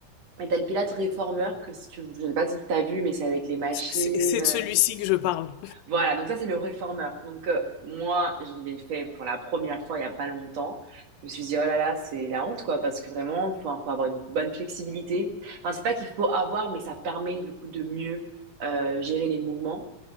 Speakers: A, on the right; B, on the left.
A: Et t'as le Pilates réformeur que si tu, je sais pas si tu t'as vu, mais c'est avec les machines.
B: C'est c'est
A: euh,
B: de celui-ci que je parle.
A: voilà, donc ça c'est le réformeur. Donc euh, moi, je l'ai fait pour la première fois il y a pas longtemps. Je me suis dit oh là là, c'est la honte quoi parce que vraiment faut, faut avoir une bonne flexibilité. Enfin, c'est pas qu'il faut avoir mais ça permet du coup de mieux euh, gérer les mouvements.